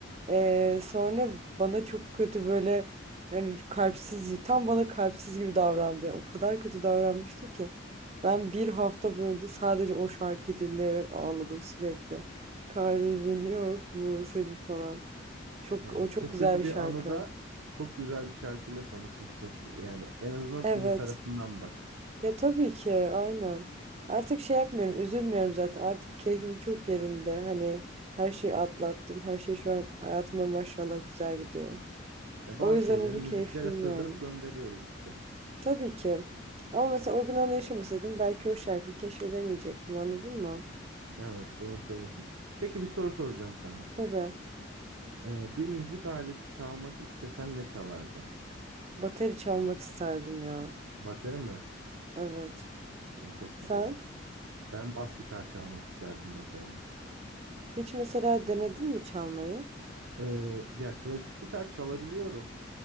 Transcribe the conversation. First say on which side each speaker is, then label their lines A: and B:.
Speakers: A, on the right; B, on the right.
A: Ee, sonra bana çok kötü böyle yani kalpsiz tam bana kalpsiz gibi davrandı. O kadar kötü davranmıştı ki ben bir hafta boyunca sadece o şarkıyı dinleyerek ağladım sürekli. Kalbin yok mu senin falan. Çok
B: Yani
A: o çok
B: çok
A: güzel
B: kötü
A: bir
B: bir
A: şarkı.
B: anıda çok güzel bir şarkıyla tanışmışsın. Yani en azından
A: Evet.
B: iyi tarafından bak.
A: Ya tabii ki aynen. Artık şey yapmıyorum, üzülmüyorum zaten. Artık keyfim çok yerinde. Hani her şeyi atlattım. Her şey şu an hayatımda maşallah güzel gidiyor.
B: Ya
A: O
B: bazı
A: yüzden
B: şeyleri
A: hani
B: müziklere
A: keyifliyim
B: sığdırıp
A: yani.
B: gönderiyoruz işte.
A: Tabii ki. Ama mesela o gün onu yaşamasaydım belki o şarkıyı keşfedemeyecektim anladın mı?
B: Evet doğru söylüyorsun. Peki bir soru soracağım sana.
A: Tabii.
B: Ee, bir müzik aleti çalmak istesen ne çalardın?
A: Bateri çalmak isterdim ya.
B: Bateri mi?
A: Evet.
B: E, çok
A: Sen
B: güzel. Ben bas gitar çalmak isterdim mesela.
A: hiç mesela denedin mi çalmayı?
B: Ee, ya klasik gitar çalabiliyorum.